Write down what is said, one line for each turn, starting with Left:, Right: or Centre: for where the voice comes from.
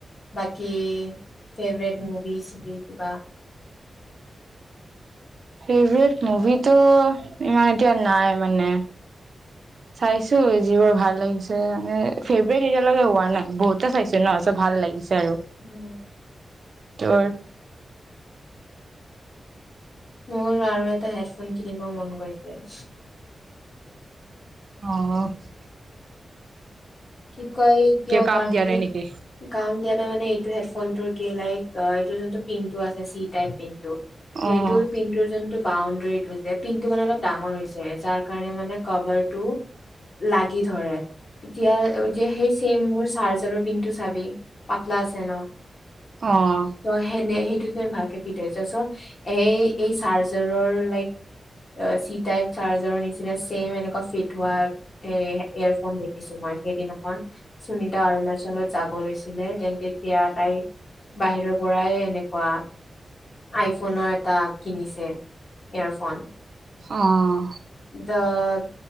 Left: বাকি <unintelligible> ফেৱেৰেট মভিছ বি কিবা
Right: ফেভৰেট মুভিত, তেওঁ ইমান এতিয়া, নাই মানে, চাইছো যিবোৰ ভাল লাগিছে মানে ফেভৰেট এতিয়ালৈকে হোৱা নাই, বহুতে চাইছে ন', চব ভাল লাগিছে। আৰু
Left: উম,
Right: <unintelligible>
Left: মোৰ আৰু এটা হেডফোন কিনিব মন গৈছে।
Right: অহ',
Left: কি কয় কিয়
Right: কাম
Left: কাৰণ
Right: দিয়া
Left: কি
Right: নাই নেকি?
Left: কাম দিয়া নাই মানে, - ইটো হেডফোনটোৰ কি লাইক এইটো যোনটো পিনটো আছে চি -টাইপ পিনটো,
Right: অ',
Left: সেইটোৰ পিনটোৰ যেন, বাউণ্ডেৰীটো যে পিনটো মানে অলপ ডাঙৰ হৈছে যাৰ কাৰণে মানে কভাৰ টো লাগি ধৰে। এতিয়া, এতিয়া সেই চেম মোৰ চাৰ্জাৰৰ পিনটো, ইটো চাবি পাতলা আছে ন?
Right: অ',
Left: তই সেনে সেই টো ভালকে ফিট হৈছে চ' এই -এই চাৰ্জাৰৰ লাইক চি -টাইপ চাৰ্জাৰৰ নিচিনা চেম এনেকুৱা ফিট হোৱা এ- এয়ৰ ফোন দেখিছো মই। সেইদিনাখন সুনিতা অৰুণাচলত যাব লৈছিলে দেন তেতিয়া তাই বাহিৰৰ পৰাই এনেকুৱা আইফোনৰ এটা কিনিছে ইয়ৰফোন,
Right: অহ
Left: তাত